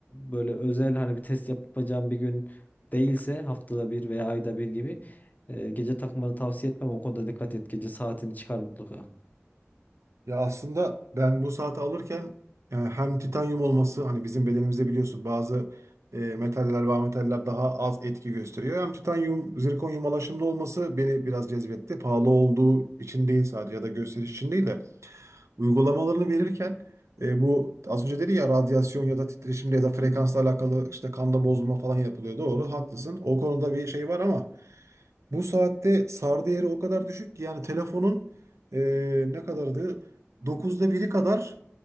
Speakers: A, on the left; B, on the right.
A: böyle özel hani bir test yapacağım bir gün değilse haftada bir veya ayda bir gibi e, gece takmanı tavsiye etmem. O konuda dikkat et. Gece saatini çıkar mutlaka.
B: Ya aslında ben bu saati alırken e, hem titanyum olması hani bizim bedenimizde biliyorsun bazı e, metaller ve ametaller daha az etki gösteriyor. Hem titanyum, zirkonyum alaşımlı olması beni biraz cezbetti. Pahalı olduğu için değil sadece ya da gösteriş için değil de uygulamalarını verirken e, bu az önce dedi ya radyasyon ya da titreşimle ya da frekansla alakalı işte kanda bozulma falan yapılıyor. Doğru, haklısın. O konuda bir şey var ama bu saatte SAR değeri o kadar düşük ki yani telefonun e, ne kadardı? dokuzda biri kadar